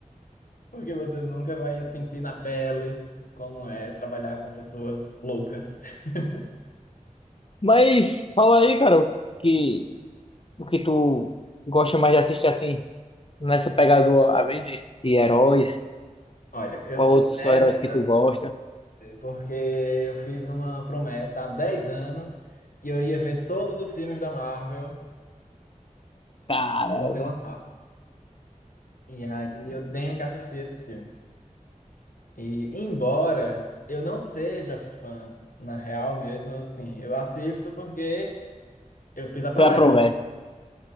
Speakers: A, on the left (about 80°); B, on the left (about 40°).
A: porque você nunca vai sentir na pele como é trabalhar com pessoas loucas. <laughs>
B: Mas fala aí, cara, que o que tu gosta mais de assistir assim, nessa pegada do Avenger, de de heróis.
A: Olha, eu
B: Qual
A: tô
B: outros
A: nessa.
B: heróis que tu gosta?
A: Porque eu fiz uma promessa há 10 anos que eu ia ver todos os filmes da Marvel
B: Caramba,
A: sendo lançados. E aí eu tenho que assistir esses filmes. E embora eu não seja fã, na real mesmo, assim, eu assisto porque eu fiz a promessa.
B: foi a promessa.